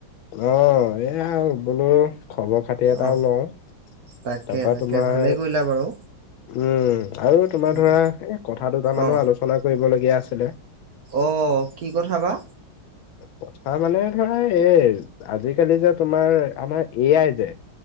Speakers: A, on the left (about 75°); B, on the right (about 55°).
A: অ', এয়া বোলো খবৰ-খাতি এটাও
B: অ
A: লওঁ।
B: তাকে
A: তাৰপা
B: তাকে
A: তোমাৰ
B: ভালে কৰিলা বাৰু।
A: উম, আৰু তোমাৰ
B: উম,
A: ধৰা এই কথা দুটামানো
B: অ
A: আলোচনা কৰিবলগীয়া আছিলে।
B: অ', কি কথা বা?
A: কথা মানে ধৰা এ আজিকালি যে তোমাৰ, আমাৰ এ আই যে